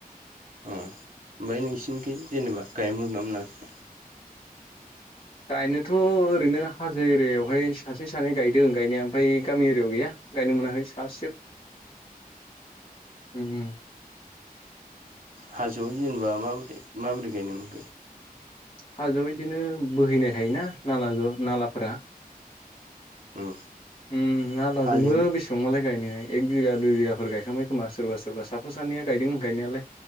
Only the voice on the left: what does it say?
गायनोथ' ओरैनो हाजो एरियाव हाय सासे सानै गायदों गायनाया ओमफाय गामि एरिया आव गैया गायनो‌ मोनाखै <inaudible> बुंथिगिरिफोरनि जेबो खोनानो मोननाय जायाखै
हाजोआव बिदिनो बोहैनाय थायोना नालाजों नाला फ्रा
उम नालाजोंबो
बेसेबां मालाय गायनो एख बिगा दुय बिगाफोर गायखांबाय खोमा सोरबा सोरबा साफा सानै गायदों गायनायालाय।